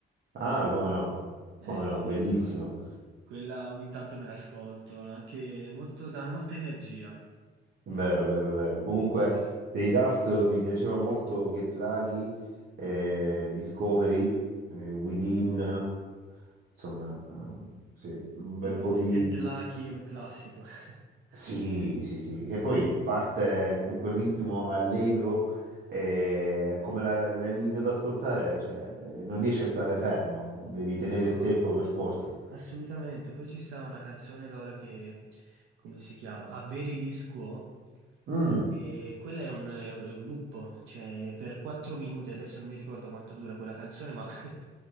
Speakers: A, on the right (about 55°); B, on the right (about 80°).
A: Ah, come no,
B: Eh
A: come
B: sì,
A: no, bellissimo,
B: no, eh. quella ogni tanto me l'ascolto, anche molto, dà molta energia.
A: vero, vero, vero. Comunque
B: Sì.
A: dei Daft mi piaceva molto Get Lucky, eh, Discovery, eh, Within, insomma, eh, sì, un bel
B: E vabbè,
A: po' di,
B: Get Lucky è un classico. <laughs>
A: Sì, sì, sì, che poi parte con quel ritmo allegro e come la, la inizio ad ascoltare, cioè, eh, non riesci a stare fermo, devi tenere
B: Ah,
A: il tempo per forza.
B: assolutamente. Poi ci sta una canzone loro che, come si chiama? Averi di Quo?
A: Mm,
B: E quella è un, è un- è un loop, cioè per quattro minuti, adesso non mi ricordo quanto dura quella canzone, ma <laughs>